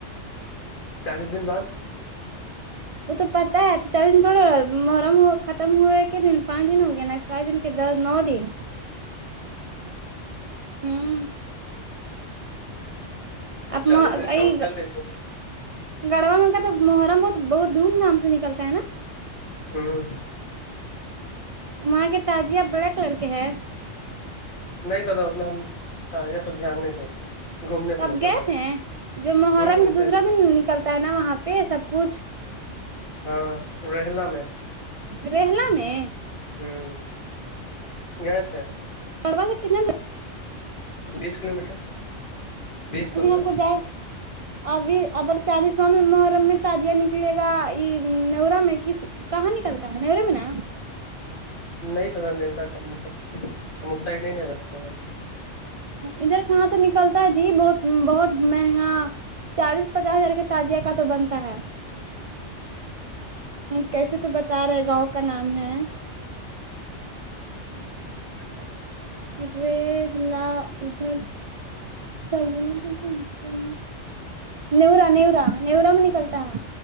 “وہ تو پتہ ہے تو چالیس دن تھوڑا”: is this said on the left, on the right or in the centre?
Right